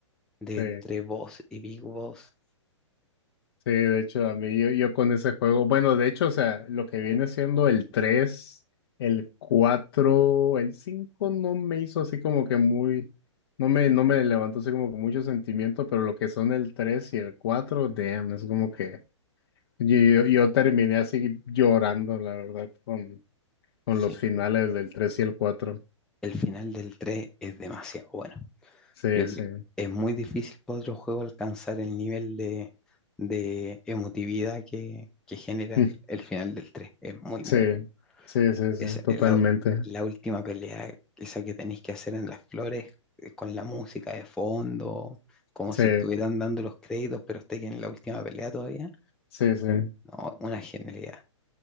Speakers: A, in the centre; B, on the left.
A: de
B: Sí,
A: entre Boss y Big Boss.
B: sí, de hecho, a mí yo, yo con ese juego, bueno, de hecho, o sea, lo que viene siendo el 3, el 4, el 5 no me hizo así como que muy, no me, no me levantó así como que mucho sentimiento, pero lo que son el 3 y el cuatro damn, es como que yo, yo, yo terminé así llorando, la verdad, con, con
A: Sí,
B: los finales del tres y el cuatro
A: el final del 3 es demasiado bueno.
B: Sí,
A: Yo creo
B: sí,
A: es muy difícil para otro juego alcanzar el nivel de, de emotividad que, que genera
B: <laughs>
A: el, el final del tres Es muy
B: sí,
A: bueno.
B: sí, sí, sí,
A: Esa,
B: totalmente.
A: eh, la, la última pelea, esa que tenéis que hacer en las flores, eh, con la música de fondo, como
B: Sí,
A: si estuvieran dando los créditos, pero esté en la última pelea todavía.
B: sí, sí,
A: No, una genialidad.